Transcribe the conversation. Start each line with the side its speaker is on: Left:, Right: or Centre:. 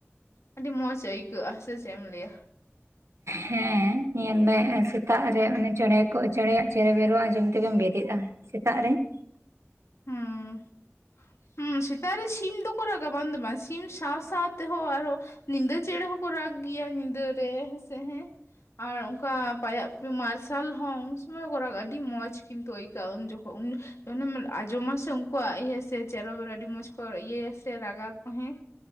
Left: ᱟᱹᱰᱤ ᱢᱚᱡᱽ ᱟᱹᱭᱠᱟᱹᱜᱼᱟ ᱥᱮ ᱪᱮᱫ ᱮᱢ ᱞᱟᱹᱭᱟ
Right: ᱦᱮᱸ ᱧᱮᱞ ᱢᱮ ᱥᱮᱛᱟᱜ ᱨᱮ ᱚᱱᱮ ᱪᱮᱬᱮ ᱠᱚ ᱪᱮᱬᱮᱭᱟᱜ ᱪᱮᱨᱚ ᱵᱮᱨᱚᱜ ᱟᱸᱡᱚᱢ ᱛᱮᱜᱮᱢ ᱵᱮᱨᱮᱫᱼᱟ ᱥᱮᱛᱟᱜ ᱨᱮ <inaudible>
Left: ᱦᱩᱸ ᱦᱩᱸ ᱥᱮᱛᱟᱜ ᱨᱮ ᱥᱤᱢ ᱫᱚ ᱠᱚ ᱨᱟᱜᱟ ᱵᱟᱝ ᱫᱚ ᱵᱟᱝ ᱥᱤᱢ ᱥᱟᱶ ᱥᱟᱶᱛᱮ ᱦᱚᱸ ᱟᱨᱚ ᱧᱤᱫᱟᱹ ᱪᱮᱬᱮ ᱦᱚᱸ ᱠᱚ ᱨᱟᱜ ᱜᱮᱭᱟ ᱧᱤᱫᱟᱹᱨᱮ ᱦᱮᱸᱥᱮ ᱦᱮᱸ ᱟᱨ ᱚᱱᱠᱟ ᱯᱟᱭᱟᱜ ᱯᱩᱭᱩᱜ ᱢᱟᱨᱥᱟᱞ ᱦᱚᱸ ᱩᱱ ᱥᱚᱢᱚᱭ ᱦᱚᱸ ᱠᱚ ᱨᱟᱜᱟ ᱟᱹᱰᱤ ᱢᱚᱡᱽ ᱠᱤᱱᱛᱩ ᱟᱹᱭᱠᱟᱹᱜᱼᱟ ᱩᱱ ᱡᱚᱠᱷᱚᱱ ᱩᱱ ᱚᱱᱟ <unintelligible> ᱟᱸᱡᱚᱢᱟᱥᱮ ᱩᱱᱠᱩᱣᱟᱜ ᱤᱭᱟᱹ ᱥᱮ ᱪᱮᱨᱚ ᱵᱮᱨᱚ ᱟᱹᱰᱤ ᱢᱚᱸᱡᱽ ᱠᱚ ᱤᱭᱟᱹᱭᱟ ᱥᱮ ᱨᱟᱜ ᱠᱚ ᱦᱮᱸ